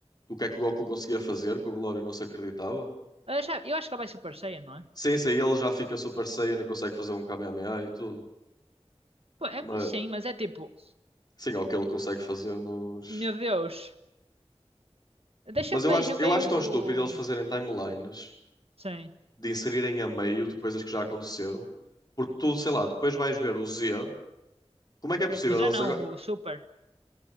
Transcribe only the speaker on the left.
do que é que o Goku conseguia fazer, que o Glória não se acreditava.
Sim, sim, ele já fica Super Saiyan e consegue fazer um Kamehameha e tudo.
Mas
sim, é o que ele consegue fazer nos.
Mas eu
acho, eu
acho tão estúpido eles fazerem timelines.
de inserirem a meio de coisas que já aconteceram, porque tudo, sei lá, depois vais ver o Z. Como é que é possível
eles
agora.